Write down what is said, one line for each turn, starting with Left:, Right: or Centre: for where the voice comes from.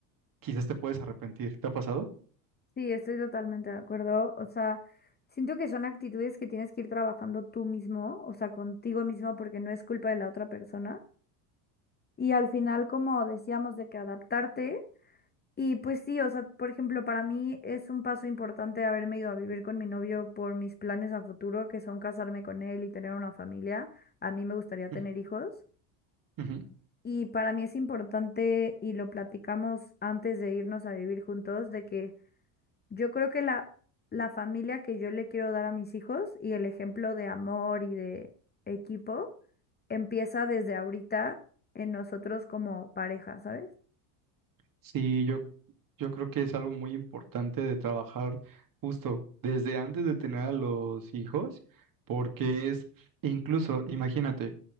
Right: quizás te puedes arrepentir. ¿Te ha pasado?
Left: Sí, estoy totalmente de acuerdo. O sea, siento que son actitudes que tienes que ir trabajando tú mismo, o sea, contigo mismo, porque no es culpa de la otra persona. y al final, como decíamos, de que adaptarte. Y pues sí, o sea, por ejemplo, para mí es un paso importante haberme ido a vivir con mi novio por mis planes a futuro, que son casarme con él y tener una familia. A mí me gustaría tener
Right: Ujú.
Left: hijos.
Right: ujú.
Left: Y para mí es importante, y lo platicamos antes de irnos a vivir juntos, de que yo creo que la, la familia que yo le quiero dar a mis hijos y el ejemplo de amor y de equipo empieza desde ahorita en nosotros como pareja, ¿sabes?
Right: Sí, yo, yo creo que es algo muy importante de trabajar justo desde antes de tener a los hijos, porque es, incluso, imagínate,